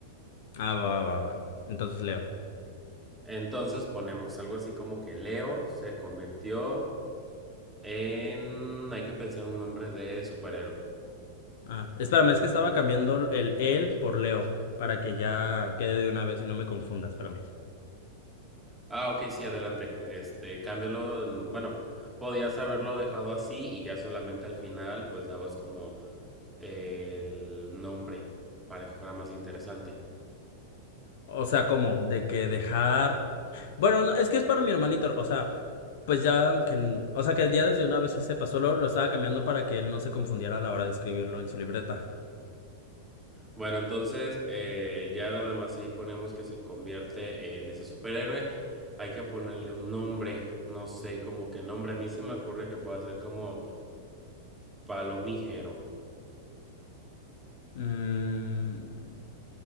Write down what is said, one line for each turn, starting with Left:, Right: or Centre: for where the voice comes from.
Left: Ah, va, va, va, va. Entonces Leo.
Centre: Entonces ponemos algo así como que Leo se convirtió en... Hay que pensar un nombre de superhéroe.
Left: Ah, espérame, es que estaba cambiando el él por Leo para que ya quede de una vez y no me confunda, espérame.
Centre: Ah, ok, sí, adelante. Este, cámbialo en- bueno, podías haberlo dejado así y ya solamente al final pues dabas como el nombre para que fuera más interesante.
Left: O sea, ¿cómo? De que dejar... Bueno, no, es que es para mi hermanito, o sea, pues ya aunque... O sea, que ya desde una vez se sepa, solo lo estaba cambiando para que él no se confundiera a la hora de escribirlo en su libreta.
Centre: Bueno, entonces eh, ya nada más ahí ponemos que se convierte en ese superhéroe. Hay que ponerle un nombre, no sé, como que nombre. A mí se me ocurre que pueda ser como Palomígero.
Left: Mm,